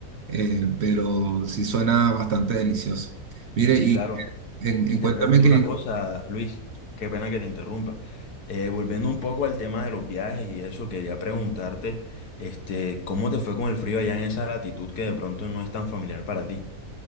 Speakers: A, on the right; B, on the left.
A: eh, pero sí suena bastante delicioso. Mire,
B: Sí,
A: y
B: claro.
A: en,
B: Y
A: en-
B: te
A: cuéntame
B: pregunto
A: que,
B: una cosa, Luis, qué pena que te interrumpa. Eh, volviendo un poco al tema de los viajes y eso, quería preguntarte, este, ¿cómo te fue con el frío allá en esa latitud que de pronto no es tan familiar para ti?